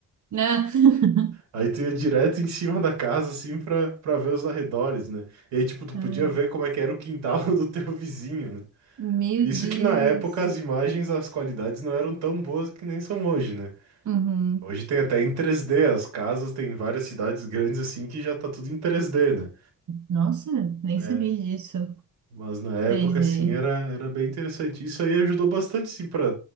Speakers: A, on the right; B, on the right.
A: Né? <laughs>
B: Aí tu ia direto em cima da casa, assim, pra, pra ver os arredores, né? E aí, tipo, tu podia
A: Ai,
B: ver como é que era o quintal <laughs> do teu vizinho, né?
A: Meu
B: Isso
A: Deus.
B: que na época as imagens, as qualidades não eram tão boas que nem são hoje, né?
A: Uhum.
B: Hoje tem até em 3D, as casas tem várias cidades grandes assim que já tá tudo em 3D, né?
A: Nossa, nem
B: É,
A: sabia disso.
B: mas na época,
A: 3D.
B: assim, era, era bem interessante. Isso aí ajudou bastante, sim, para